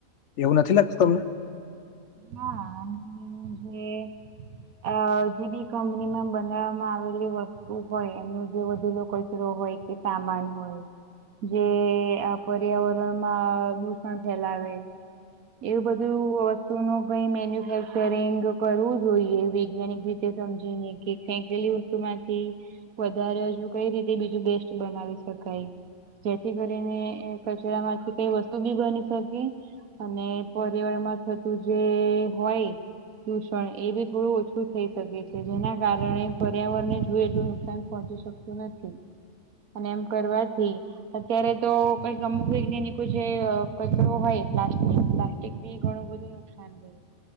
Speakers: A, on the left; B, on the right.
A: એવું નથી લાગતું તમને.
B: હા જે. અ જે બી કંપનીમાં બનાવવામાં આવેલી વસ્તુ હોય એમનો જે વધેલો કચરો હોય. કે સામાન હોય. જે આ પર્યાવરણમાં દૂષણ ફેલાવે. એવું બધું. નું કઈ મેન્યુફેક્ચરિંગ કરવું જોઈએ વૈજ્ઞાનિક રીતે સમજીને કે ફેંકેલું. માંથી વધારે હજુ કઈ રીતે બીજું બેસ્ટ બનાવી શકાય. જેથી કરીને કચરા માંથી કઈ વસ્તુ બી બની શકે અને પર્યાવાર માં થતું જે હોય. દૂષણ એ બી થોડું ઓછું થઈ શકે છે જેના કારણે પર્યાવરણ ને જોએ એટલું નુકસાન પહોંચી શકે. નથી અને એમ કરવાથી. અત્યારે તો કઈક અમુક વૈજ્ઞાનિકો જે કચરો હોય પ્લાસ્ટિક પ્લાસ્ટિક. બી ઘણું બધું નુકસાન કરયું.